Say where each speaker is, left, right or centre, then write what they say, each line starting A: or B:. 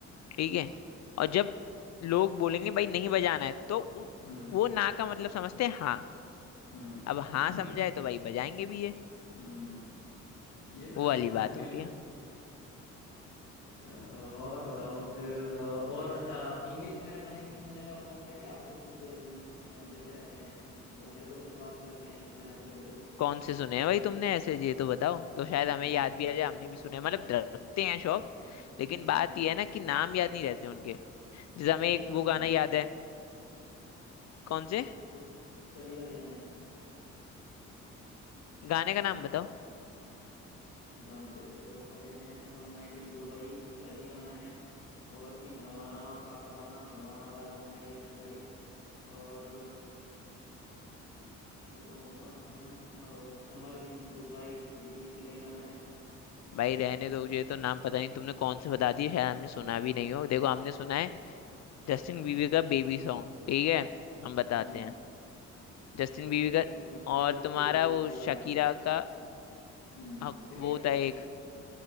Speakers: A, on the left (about 60°); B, on the left (about 85°).
A: ठीक है और जब लोग बोलेंगे भाई नहीं बजाना है तो उ-
B: हम्म
A: वो ना का मतलब समझते हैं हाँ
B: हम्म
A: अब हाँ
B: <laughs>
A: समझाए तो भाई बजाएंगे भी ये
B: हम्म ये तो
A: वो
B: सही
A: वाली
B: कहा
A: बात
B: बिल्कुल
A: होती है
B: चलो और बताओ फिर अ, और अच्छा इंग्लिश वगैरह गाने की सुनने का शौक है कि आपको मतलब जो इंग्लिश गाने जैसे रहते हैं मतलब मेरे को तो थोड़ा अच्छा लगता है इंग्लिश गाने भी कभी कभी
A: कौन से सुने
B: जैसे
A: हैं भाई तुमने ऐसे ये तो बताओ तो शायद हमें
B: मैं
A: याद
B: सुन
A: भी आ जाए हमने भी सुने हैं। मतलब रखते हैं शौक लेकिन
B: हम्म
A: बात
B: हम्म।
A: ये है ना कि नाम याद नहीं रहते उनके जैसे
B: तमीगा
A: हमें एक
B: के
A: वो
B: सुनते
A: गाना
B: हैं
A: याद है कौन से
B: बहुत से तमीगा के गाने
A: गाने का नाम बताओ
B: गाने तो इसके बहुत सारे हैं वन नाइट इन दुबई इसका ही गाना है और इन हवाना और पाकाबाना हवाना वाला गाना है एक इसका ही और वन समर इन दुबई ये भी इसी का ही गाना है
A: भाई रहने दो ये तो नाम पता नहीं तुमने कौन से बता दिए शायद हमने सुना भी नहीं हो देखो हमने सुना है जस्टिन बीवी का बेबी सॉन्ग ठीक है हम बताते
B: हम्म
A: हैं जस्टिन
B: बेबी
A: बीवी का
B: बेबी
A: और तुम्हारा
B: बेबी
A: वो
B: वाला
A: शकीरा का
B: हम्म
A: हक-
B: शकीरा
A: वो
B: भी
A: था एक